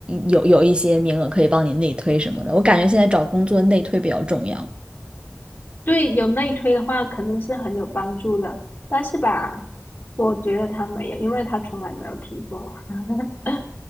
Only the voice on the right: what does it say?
有有一些名额可以帮你内推什么的？我感觉现在找工作内推比较重要。